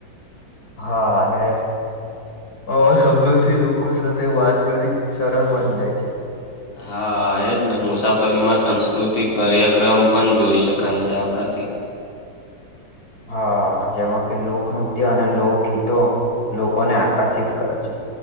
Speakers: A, on the left; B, on the left.
A: હા અને અવા શબ્દોથી લોકો સાથે વાત કરી સરળ બની જાય છે.
B: હા, એજ ને મુસાફરીમાં સંસ્કૃતિક કાર્યક્રમ પણ જોઈ શકાય છે આપળા થી.
A: હા, જેમાં કે લોકનૃત્ય અને લોકગીતો લોકોને આકર્ષિત કરે છે.